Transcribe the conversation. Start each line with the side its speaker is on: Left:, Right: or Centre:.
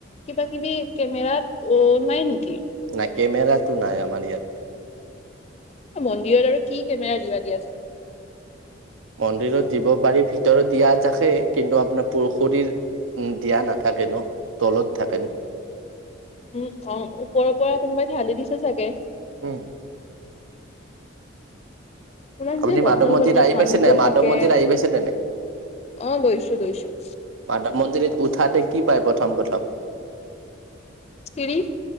Left: কিবা কিবি কেমেৰা অ নাই নিকি?
Right: নাই কেমেৰাটো নাই আমাৰ ইয়াতে
Left: মন্দিৰত আৰু কি কেমেৰা দিবা দিয়াচোন
Right: মন্দিৰত দিব পাৰি ভিতৰত দিয়া থাকে কিন্তু আপোনাৰ পুখুৰীৰ উম দিয়া নাথাকেনো তলত থাকে।
Left: উম অ ওপৰৰ পৰা কোনোবাই ঢালি দিছে চাগে
Right: উম
Left: ইমান
Right: আপুনি
Left: যে বদমাছ
Right: মাধৱ মন্দিৰ
Left: বদমাছ
Right: আহি
Left: মানুহবোৰ
Right: পাইছে নাই মাধৱ
Left: থাকে
Right: মন্দিৰ আহি পাইছে নে নাই?
Left: অ গৈছো গৈছো।
Right: মাধৱ মন্দিৰত উঠাতে কি পায় প্ৰথম প্ৰথম
Left: পিৰি